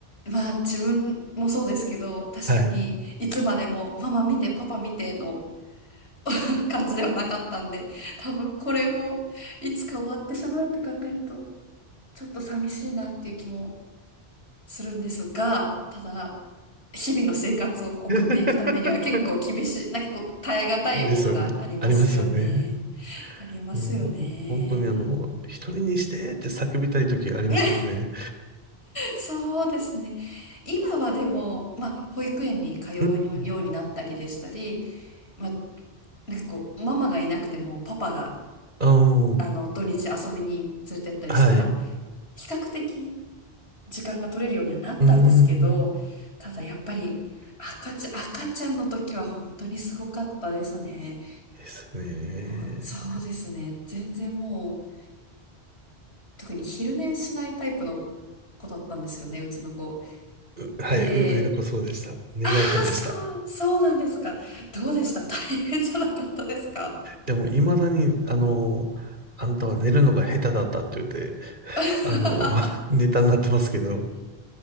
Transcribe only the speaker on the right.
はい。
<laughs>
ですよね。ありますよね。
もう、本当にあの、一人にしてって叫びたい時ありますもんね。
うん。
う
ん。
はい。
うーん。
ですね。
うはい。
う、上の子そうでした。寝ない子でした。
でも、いまだに、あの、あんたは寝るのが下手だったって言って、
あの、<laughs> ネタになってますけど。